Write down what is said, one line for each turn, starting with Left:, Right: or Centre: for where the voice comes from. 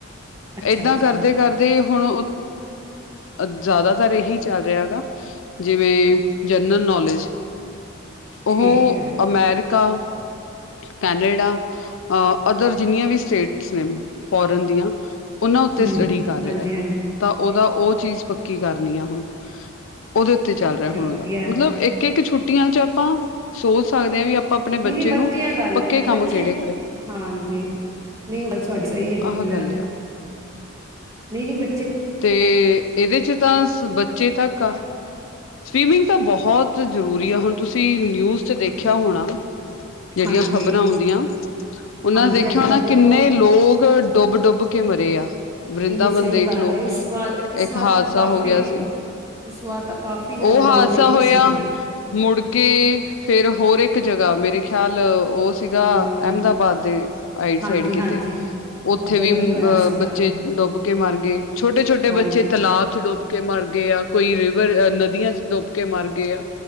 Right: ਅੱਛਾ-ਅੱਛਾ
Left: ਇਦਾਂ ਕਰਦੇ ਕਰਦੇ ਹੁਣ ਜਿਆਦਾਤਰ ਇਹੀ ਚੱਲ ਰਿਹਾ ਹੈਗਾ-ਜਿਵੇਂ ਜਨਰਲ ਨੌਲੇਜ ਹੈਲੋ ਉਹ
Right: ਠੀਕ ਐ,
Left: ਅਮਰੀਕਾ ਪੱਤਾ ਪਾ-ਕੈਨੇਡਾ-ਅਦਰ ਜਿੰਨੀਆਂ ਵੀ ਸਟੇਟਸ ਨੇ ਫੋਰਨ ਦੀਆਂ ਉਹਨਾਂ ਉੱਤੇ
Right: ਹੂੰ,
Left: ਸਟਡੀ ਕਰ ਰਿਹਾ
Right: ਹਾਂਜੀ-ਹਾਂਜੀ
Left: ਤਾਂ ਉਹਦਾ ਉਹ ਚੀਜ਼ ਪੱਕੀ ਕਰਨੀ ਆ ਹੁਣ ਉਹਦੇ ਕਿੱਥੇ ਚੱਲ ਰਿਹਾ ਹੁਣ
Right: ਚਲੋ ਵਧੀਆ
Left: ਉਹਦਾ
Right: ਐ,
Left: ਮਤਲਬ ਇੱਕ ਇੱਕ ਛੁੱਟੀਆਂ ਚ ਆਪਾਂ ਸੋਚ ਸਕਦੇ ਆ ਵੀ ਆਪਣੇ
Right: ਨਹੀਂ
Left: ਬੱਚੇ
Right: ਨਹੀਂ ਵਧੀਆ
Left: ਨੂੰ
Right: ਗੱਲ
Left: ਪੱਕੇ
Right: ਹੈ। ਨਹੀਂ
Left: ਕੰਮ
Right: ਬੱਚੇ
Left: ਕਿਹੜੇ ਕਰਾਏ
Right: ਹਾਂਜੀ, ਨਹੀਂ ਉਹ ਗੱਲ ਤੁਹਾਡੀ ਸਹੀ ਹੈ ਬਿਲਕੁਲ,
Left: ਆਹ ਗੱਲ ਆ
Right: ਨਹੀਂ ਨਹੀਂ ਬ
Left: ਤੇ ਇਹਦੇ ਚ ਤਾਂ ਬੱਚੇ ਤੱਕ ਆ ਸਵੀਮਿੰਗ ਤਾਂ ਬਹੁਤ ਬਹੁਤ ਜ਼ਰੂਰੀ ਆ, ਹੁਣ ਤੁਸੀਂ ਨਿਊਜ਼ ਚ ਦੇਖਿਆ ਹੋਣਾ ਜਿਹੜੀਆਂ,
Right: ਹਾਂਜੀ,
Left: ਖ਼ਬਰਾਂ ਆਉਂਦੀਆਂ ਉਹਨਾਂ
Right: ਹਾਂਜੀ
Left: ਦੇਖਿਆ
Right: ਅੱਜ-ਕੱਲ੍ਹ
Left: ਹੋਣਾ, ਕਿੰਨੇ
Right: ਦੇਖੋ
Left: ਲੋਗ ਡੁੱਬ ਡੁੱਬ ਕੇ ਮਰੇ ਆ, ਵਰਿੰਦਾ
Right: ਨਹੀਂ-ਨਹੀਂ ਸਹੀ
Left: ਵਨ ਦੇ
Right: ਗੱਲ
Left: ਇੱਕ
Right: ਐ ਇਸ ਵਾਰ, ਇਸ ਵਾਰ
Left: ਹਾਦਸਾ
Right: ਤਾਂ ਕਾਫ਼ੀ,
Left: ਹੋ ਗਿਆ ਸੀ।
Right: ਇਸ ਵਾਰ ਤਾਂ ਕਾਫ਼ੀ ਜ਼ਿਆਦਾ
Left: ਉਹ ਹਾਦਸਾ
Right: ਨਿਊਜ਼ ਇਹੀ
Left: ਹੋਇਆ
Right: ਸੀਗੀਆਂ,
Left: ਮੁੜਕੇ ਫਿਰ ਹੋਰ ਇੱਕ ਜਗ੍ਹਾ ਮੇਰੇ ਖਿਆਲ ਤਾਂ ਉਹ ਸੀਗਾ,
Right: ਹਾਂ
Left: ਅਹਿਮਦਾਬਾਦ ਦੇ ਆਈਡ
Right: ਹਾਂਜੀ-ਹਾਂਜੀ
Left: ਸਾਈਡ ਕਿਤੇ, ਉੱਥੇ
Right: ਉੱਧਰ
Left: ਵੀ,
Right: ਹੋਇਆ ਸੀਗਾ
Left: ਬੱਚੇ ਡੁੱਬ ਕੇ ਮਰ ਗਏ ਛੋਟੇ ਛੋਟੇ
Right: ਹਾਂਜੀ,
Left: ਬੱਚੇ ਤਲਾਬ ਚ ਡੁੱਬ ਕੇ ਮਰ ਗਏ ਆ, ਕੋਈ ਨਦੀਆਂ ਚ ਡੁੱਬ ਕੇ, ਮਰ ਗਏ ਆ।